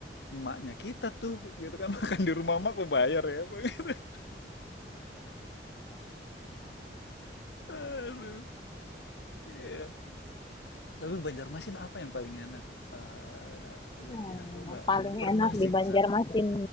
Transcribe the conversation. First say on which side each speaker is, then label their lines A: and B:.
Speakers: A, on the left; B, on the left.
A: emaknya kita tuh gitu kan <laughs> makan di rumah emak kok bayar ya. <laughs> Gitu. Aduh. Iya. Tapi Banjarmasin apa yang paling enak? Eh, Zaki,
B: Hmm,
A: aku nggak
B: yang paling
A: belum pernah
B: enak
A: sih
B: di Banjarmasin.
A: ke sana.